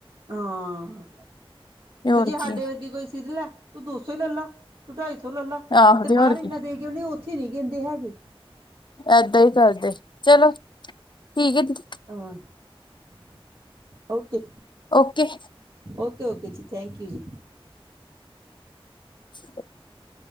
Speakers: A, on the right; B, on the left.
A: ਹਾਂ।
B: ਹੋਰ
A: ਤੇ ਜੇ ਸਾਡੇ
B: ਕੀ
A: ਵਰਗੀ ਕੋਈ ਸਿੱਧ ਲੈ ਤੂੰ ਦੋ ਸੌ ਹੀ ਲੈ ਲਾ, ਤੂੰ ਢਾਈ ਸੌ ਲੈ ਲਾ
B: ਆਹੋ
A: ਤੇ
B: ਹੋਰ
A: ਬਾਹਰ ਇੰਨਾ
B: ਕੀ
A: ਦੇ ਕੇ ਆਉਣੀ, ਉੱਥੇ ਧੀਰੀ ਕਹਿੰਦੇ ਹੈਗੀ।
B: ਏਦਾਂ ਹੀ ਕਰਦੇ, ਚਲੋ ਠੀਕ ਐ
A: <unintelligible> ਓਕੇ,
B: ਓਕੇ
A: ਓਕੇ, ਓਕੇ ਜੀ। ਥੈਂਕ ਯੂ ਜੀ।
B: <unintelligible>